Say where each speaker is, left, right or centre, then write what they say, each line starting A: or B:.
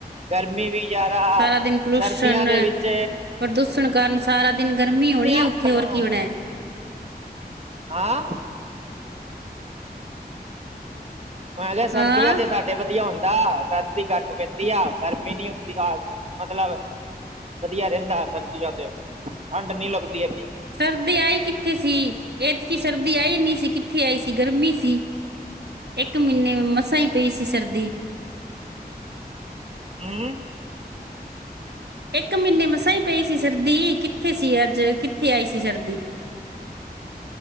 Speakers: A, on the right; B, on the right.
A: ਗਰਮੀ ਵੀ ਜਾਦਾ,
B: ਸਾਰਾ ਦਿਨ ਪੋਲੂਸ਼ਨ
A: ਸਰਦੀਆਂ ਦੇ ਵਿੱਚ
B: ਪ੍ਰਦੂਸ਼ਣ ਕਾਰਨ ਸਾਰਾ ਦਿਨ ਗਰਮੀ
A: ਸਰਦੀਆਂ
B: ਹੋਣੀ ਹੈ ਉੱਥੇ
A: ਨੂੰ
B: ਹੋਰ ਕੀ ਹੋਣਾ।
A: ਹੈਂ। ਮ ਕਿਹਾ ਸਰਦੀਆਂ
B: ਹਾਂ,
A: ਚ ਸਾਡੇ ਬ- ਵਧੀਆ ਹੁੰਦਾ ਸਰਦੀ ਘੱਟ ਪੈਂਦੀ ਆ ਗਰਮੀ ਨੀ ਹੁੰਦੀ ਆ, ਮਤਲਬ। ਵਧੀਆ ਰਹਿੰਦਾ ਸਰਦੀਆਂ ਚ, ' ਠੰਡ ਨੀ ਲੱਗਦੀ ਇੰਨੀ।
B: ਸਰਦੀ ਆਈ ਕਿੱਥੇ ਸੀ, ਇਹਤਕੀ ਸਰਦੀ ਆਈ ਨਹੀਂ ਸੀ ਕਿੱਥੇ ਆਈ ਸੀ ਗਰਮੀ ਸੀ। ਇੱਕ ਮਹੀਨੇ ਮਸਾਂ ਹੀ ਪਈ ਸੀ ਸਰਦੀ।
A: ਹੂੰ।
B: ਇੱਕ ਮਹੀਨੇ ਮਸਾਂ ਹੀ ਪਈ ਸੀ ਸਰਦੀ ਕਿੱਥੇ ਸੀ ਅੱਜ ਕਿੱਥੇ ਆਈ ਸੀ ਸਰਦੀ।